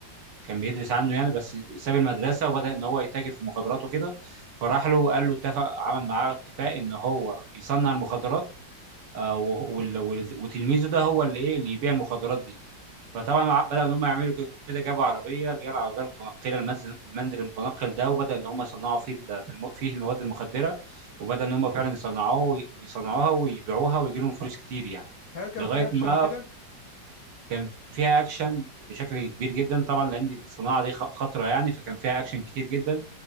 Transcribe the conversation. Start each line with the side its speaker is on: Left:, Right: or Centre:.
Right: كان بيدرس عنه يعني بس ساب المدرسة وبدأ ان هو يتاجر في المخدرات وكده فراح له وقال له اتفق عمل معاه اتفاق ان هو يصنع المخدرات آه، و- وال- وال- وتلميذه ده هو اللي ايه اللي يبيع المخدرات دي فطبعا مع- بدأ ان هم يعملوا كده جابوا عربيه اللي هي العربيه المتنقله المنزل المنزل المتنقل ده وبدأ ان هم يصنعوا فيه ال- في الم- فيه المواد المخدره وبدأ ان هم فعلا يصنعوه وي- ويصنعوها ويبيعوها ويجي لهم فلوس كتير يعني
Left: هل كان
Right: لغايه
Left: في اكشن
Right: ما
Left: وكده
Right: كان فيها اكشن بشكل كبير جدا طبعا لان دي الصناعه دي خ- خطره يعني فكان فيها اكشن كتير جدا